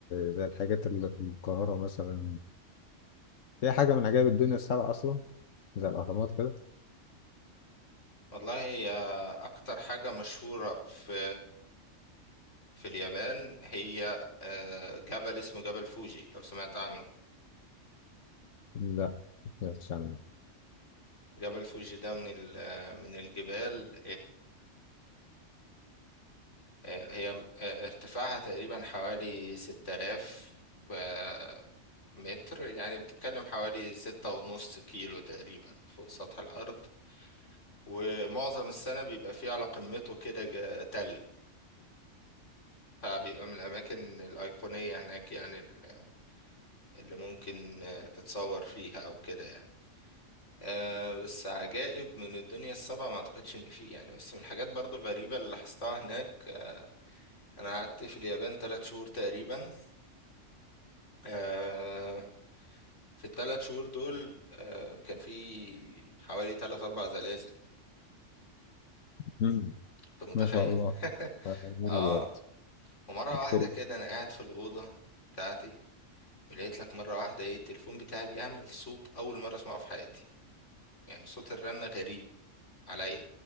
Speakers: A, on the left; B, on the left.
A: زي الحاجات اللي في القاهرة مثلا فيها حاجة من عجائب الدنيا السبعة أصلا زي الأهرامات كده
B: والله هي أكتر حاجة مشهورة في في اليابان هي آه، جبل اسمه جبل فوجي لو سمعت عنه
A: لا ما فيش عندنا
B: جبل فوجي ده من ال- من الجبال آه، هي آه، ارتفاعها تقريبا حوالي 6000 آه، متر يعني بتتكلم حوالي ستة ونص كيلو تقريبا فوق سطح الأرض ومعظم السنة بيبقى فيه على قمته كده ج- تلج فبيبقى من الأماكن الأيقونية هناك يعني ال- اللي ممكن آه، تتصور فيها أو كده يعني آه بس عجائب من الدنيا السبعة ما أعتقدش إن فيه يعني بس من الحاجات برضو الغريبة اللي لاحظتها هناك أنا قعدت في اليابان تلات شهور تقريبا آه، في الثلاث شهور دول آه، كان في حوالي ثلاث اربع زلازل
A: مم.
B: انت متخيل
A: ما شاء الله
B: <laughs>
A: مرة
B: اه
A: دلوقتي
B: ومره
A: كتير
B: واحده
A: جدا.
B: كده انا قاعد في الاوضه بتاعتي لقيت لك مره واحده ايه التليفون بتاعي بيعمل صوت اول مره اسمعه في حياتي يعني صوت الرنه غريب عليا